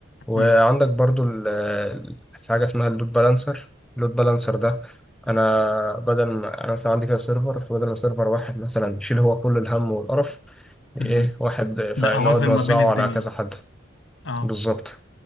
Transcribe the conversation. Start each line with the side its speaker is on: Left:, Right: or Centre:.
Centre: وعندك
Left: مهم.
Centre: برضو ال- ال- في حاجة اسمها اللود بالانسر اللود بالانسر ده أنا بدل ما أنا مثلا عندي كده سيرفر فبدل ما سيرفر واحد مثلا يشيل هو كل الهم والقرف إيه
Left: مهم.
Centre: واحد فنقعد
Left: لا اوزن
Centre: نوزعه
Left: ما بين الدنيا
Centre: على كذا حد
Left: اه
Centre: بالظبط